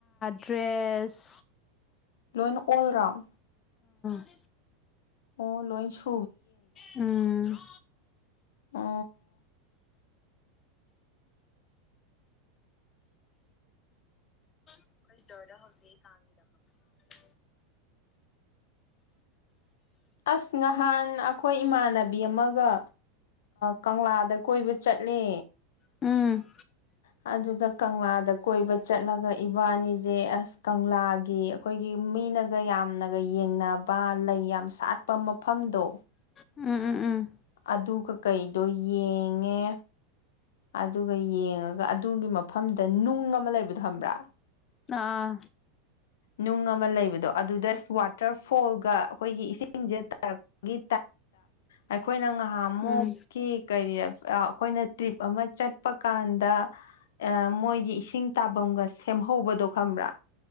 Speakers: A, on the left (about 30°); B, on the left (about 65°).
A: ꯗ꯭ꯔꯦꯁ
B: ꯂꯣꯏꯅ ꯑꯣꯜ ꯔꯥꯎꯟ
A: ꯇ
B: ꯑꯣ ꯂꯣꯏꯁꯨ
A: ꯎꯝ
B: ꯑ
A: ꯑꯩꯈꯣꯏ ꯏꯁ꯭ꯇꯣꯔꯗ ꯍꯧꯖꯤꯛ ꯀꯥꯡꯒꯤꯗꯃꯛꯛꯇ
B: ꯑꯁ ꯅꯍꯥꯟ ꯑꯩꯈꯣꯏ ꯏꯃꯥꯟꯅꯕꯤ ꯑꯃꯒ ꯀꯪꯂꯥꯗ ꯀꯣꯏꯕ ꯆꯠꯂꯦ
A: ꯎꯝ
B: ꯑꯗꯨꯗ ꯀꯪꯂꯥꯗ ꯀꯣꯏꯕ ꯆꯠꯂꯒ ꯏꯕꯥꯅꯤꯁꯦ ꯑꯁ ꯀꯪꯂꯥꯒꯤ ꯑꯩꯈꯣꯏꯒꯤ ꯃꯤꯅꯒ ꯌꯥꯝ ꯌꯥꯝꯅꯒ ꯌꯦꯡꯅꯕ ꯂꯩ ꯌꯥꯝ ꯁꯥꯠꯄ ꯃꯐꯝꯗꯣ
A: ꯎꯝ ꯎꯝ ꯎꯝ
B: ꯑꯗꯨꯒ ꯀꯩꯗꯣ ꯌꯦꯡꯉꯦ ꯑꯗꯨꯒ ꯌꯦꯡꯉꯒ ꯑꯗꯨꯒꯤ ꯃꯐꯝꯗ ꯅꯨꯡ ꯑꯃ ꯂꯩꯕꯗꯣ ꯊꯝꯕ꯭ꯔꯥ
A: ꯑꯥ
B: ꯅꯨꯡ ꯑꯃ ꯂꯩꯕꯗꯣ ꯑꯗꯨꯗ ꯋꯥꯇꯔ ꯐꯣꯜꯒ ꯑꯩꯈꯣꯏꯒꯤ ꯏꯁꯤꯡꯁꯦ ꯇꯥꯔꯛꯄꯒꯤ ꯑꯩꯈꯣꯏꯅ ꯉꯥꯏꯍꯥꯃꯨꯛ
A: ꯎꯝ
B: ꯀ ꯑꯩꯈꯣꯏꯅ ꯇ꯭ꯔꯤꯞ ꯑꯃ ꯆꯠꯄ ꯀꯥꯟꯗ ꯃꯣꯏꯒꯤ ꯏꯁꯤꯡ ꯇꯥꯐꯝꯒ ꯁꯦꯝ ꯍꯧꯕꯗꯣ ꯈꯕ꯭ꯔꯥ